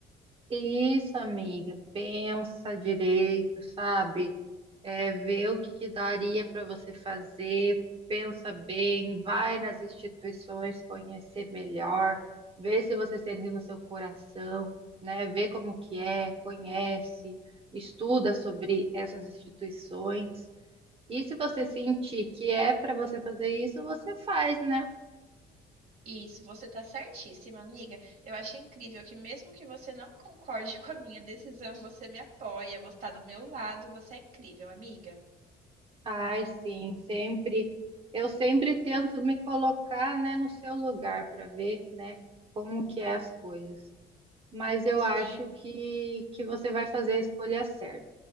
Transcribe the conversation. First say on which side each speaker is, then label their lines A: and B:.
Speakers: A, on the right (about 35°); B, on the right (about 55°).
A: Isso, amiga, pensa direito, sabe? é, vê o que que daria para você fazer, pensa bem, vai nas instituições conhecer melhor, vê se você sente no seu coração, né? Vê como que é, conhece, estuda sobre essas instituições. E se você sentir que é para você fazer isso, você faz, né?
B: Isso, você tá certíssima, amiga. Eu achei incrível que mesmo que você não concorde <laughs> com a minha decisão, você me apoia, você tá do meu lado, você é incrível, amiga.
A: Ai, sim, sempre. Eu sempre tento me colocar, né, no seu lugar para ver, né, como que é as coisas. mas eu
B: Sim.
A: acho que, que você vai fazer a escolha certa,